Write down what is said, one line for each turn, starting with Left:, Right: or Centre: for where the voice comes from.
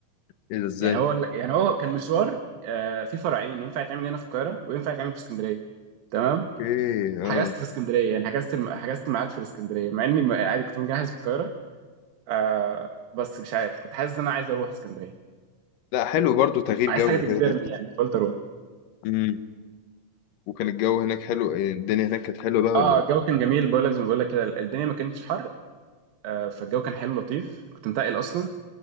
Left: ايه ده ازاي؟
Right: يعني هو يعني هو كان مشوار آه، في فرعين ينفع يتعمل هنا في القاهره وينفع يتعمل في اسكندريه تمام
Left: اوكي اه
Right: حجزت في اسكندريه يعني حجزت الم- حجزت ميعاد في الاسكندريه مع اني م- عادي كنت مجهز في القاهره آه، بس مش عارف كنت حاسس ان انا عايز اروح اسكندريه
Left: لا حلو برضو تغيير
Right: عايز
Left: جو
Right: حاجه تجبرني
Left: كده كده
Right: يعني فقلت اروح
Left: امم وكان الجو هناك حلو إيه، الدنيا هناك كانت حلوه بقى ولا
Right: اه
Left: ايه؟
Right: الجو كان جميل بقول لك زي ما بقول لك كده الدنيا ما كانتش حر آه، فالجو كان حلو لطيف كنت منتقل اصلا